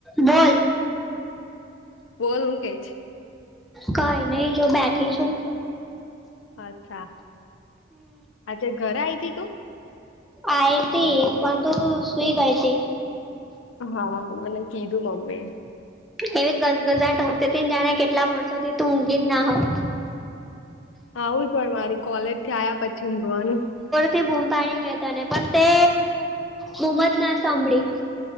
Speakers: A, in the centre; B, on the left.
A: બોલ
B: બોલ હુ કેય?
A: કઈ નહી જો બેઠી છું
B: અચ્છા આજે ઘરે આય થી તું
A: આતી પણ તું સુઈ ગઈ તી
B: હા મને કીધું મમ્મી
A: એવી ગગઝાટ ઉધતી ન જાણે કેટલા વર્ષોથી તું ઊંઘી જ ના હોવ
B: આવું જ મારું કોલેજથી આયા પછી ઊંઘવાનું
A: તે બુમ પાણી મે તને પણ તે બુમ જ ના સાંભળી